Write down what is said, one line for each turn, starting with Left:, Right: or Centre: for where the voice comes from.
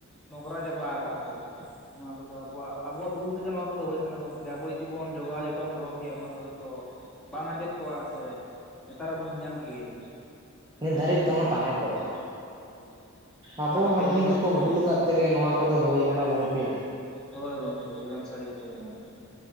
Centre: ᱱᱚᱜᱨᱟ ᱪᱟᱵᱟ ᱟᱠᱟᱜᱼᱟ ᱠᱚ ᱱᱚᱣᱟ ᱠᱚᱫᱚ ᱟᱵᱚᱣᱟᱜ ᱟᱵᱚᱣᱟᱜ ᱵᱷᱩᱞ ᱛᱮᱜᱮ ᱱᱚᱣᱟ ᱠᱚᱫᱚ ᱦᱩᱭ ᱠᱟᱱᱟ ᱜᱚᱝᱠᱮ ᱟᱵᱚ ᱡᱩᱫᱤ ᱵᱚᱱ ᱡᱚᱜᱟᱣ ᱡᱚᱛᱚᱱ ᱫᱚᱦᱚ ᱠᱮᱭᱟ ᱚᱱᱟ ᱫᱚ ᱦᱚᱭ ᱛᱚ ᱵᱟᱝ ᱟᱸᱡᱮᱫ ᱠᱚᱜ-ᱟ ᱥᱮ ᱦᱮᱸᱛᱟᱨ ᱦᱚᱸᱵᱚᱱ ᱧᱟᱢ ᱠᱮᱜᱮᱭᱟ
Right: ᱱᱤᱛ ᱫᱷᱟᱹᱨᱤᱡ ᱛᱮᱦᱚᱸ ᱛᱟᱦᱮᱸ ᱠᱚᱜ-ᱟ
Centre: ᱦᱳᱭ
Right: ᱟᱵᱚ
Centre: ᱟᱨ ᱦᱟᱯᱮᱱ
Right: ᱢᱟᱹᱱᱢᱤ
Centre: ᱫᱤᱱ ᱦᱚᱸ
Right: ᱜᱮᱠᱚ
Centre: ᱛᱟᱦᱮᱸ
Right: ᱵᱷᱩᱞᱠᱟᱫ
Centre: ᱴᱷᱤᱠᱚᱜᱼᱟ
Right: ᱛᱮᱜᱮ ᱱᱚᱣᱟ ᱠᱚᱫᱚ ᱦᱩᱭ ᱠᱟᱱᱟ ᱜᱚᱝᱠᱮ
Centre: ᱦᱳᱭ ᱜᱚᱢᱠᱮ ᱮᱠᱫᱚᱢ ᱥᱟᱹᱨᱤ ᱠᱟᱛᱷᱟ ᱵᱮᱱ ᱢᱮᱱ ᱠᱟᱫᱟ